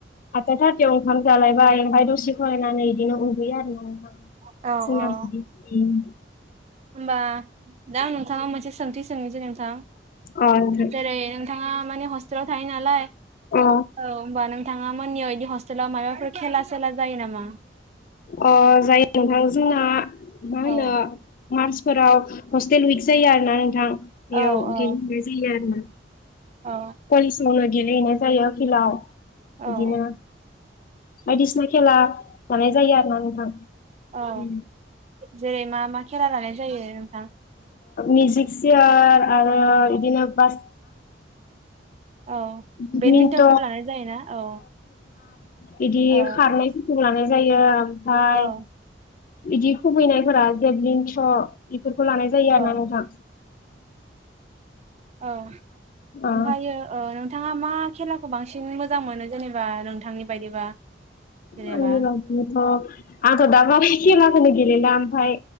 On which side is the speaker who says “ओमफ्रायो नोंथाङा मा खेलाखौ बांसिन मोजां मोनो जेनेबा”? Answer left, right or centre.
Right